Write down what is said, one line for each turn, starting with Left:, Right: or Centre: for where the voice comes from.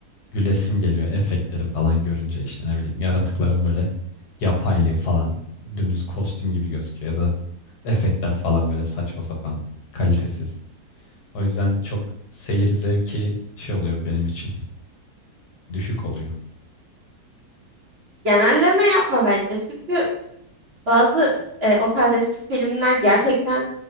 Left: gülesim geliyor efektleri falan görünce işte ne bileyim yaratıkların böyle yapaylığı falan dümdüz kostüm gibi gözüküyor ya da efektler falan böyle saçma sapan kalitesiz. O yüzden çok seyir zevki şey oluyor benim için düşük oluyor.
Right: Genelleme yapma bence. Çünkü Bazı e, o tarz eski filmler gerçekten